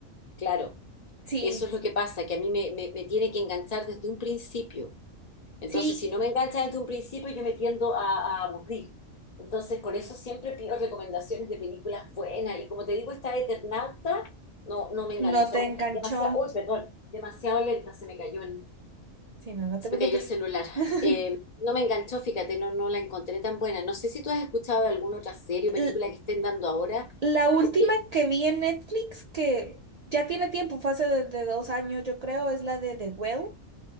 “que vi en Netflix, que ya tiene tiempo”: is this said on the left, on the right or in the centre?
Right